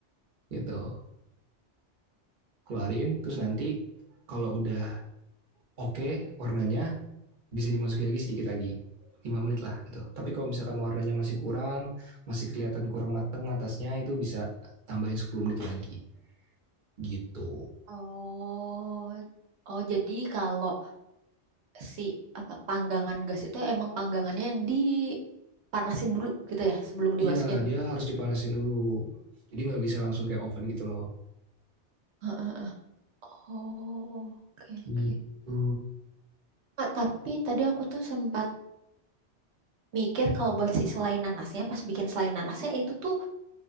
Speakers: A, on the right; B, on the right.
A: gitu keluarin terus
B: oh,
A: nanti kalau udah oke warnanya bisa dimasukin lagi sedikit lagi 5 menit lah gitu tapi kalau misalkan warnanya masih kurang masih kelihatan kurang mateng atasnya itu bisa tambahin 10 menit lagi gitu
B: oh, oh. Jadi kalau si apa panggangan gas itu emang panggangannya yang dipanasin dulu gitu ya sebelum dimasukin.
A: iya dia harus dipanasin dulu jadi nggak bisa langsung kayak oven gitu loh
B: Heeh. Oh, oke
A: gitu
B: oke. Ah, tapi tadi aku tuh sempat mikir kalau buat si selai nanasnya, pas bikin selai nanasnya itu tuh